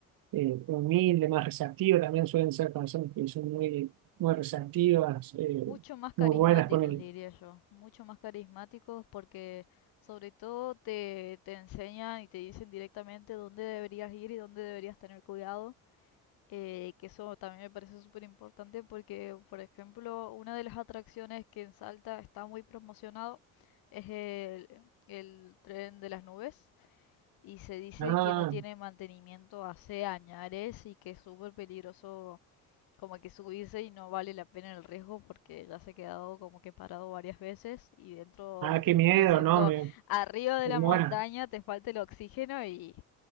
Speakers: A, on the right; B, on the left.
A: eh, humilde, más receptivo, también suelen ser personas que son muy, muy receptivas, eh,
B: Mucho más carismáticos,
A: muy buenas con el,
B: diría yo, mucho más carismáticos porque sobre todo te, te enseñan y te dicen directamente dónde deberías ir y dónde deberías tener cuidado, eh, que eso también me parece súper importante porque, por ejemplo, una de las atracciones que en Salta está muy promocionado es el, el tren de las nubes y se dice
A: ah,
B: que no tiene mantenimiento hace añares y que es súper peligroso como que subirse y no vale la pena el riesgo porque ya se ha quedado como que parado varias veces y dentro
A: ah,
B: de lo que
A: qué miedo,
B: vendría siendo
A: no, me,
B: arriba de
A: me
B: la
A: muero.
B: montaña te falta el oxígeno y,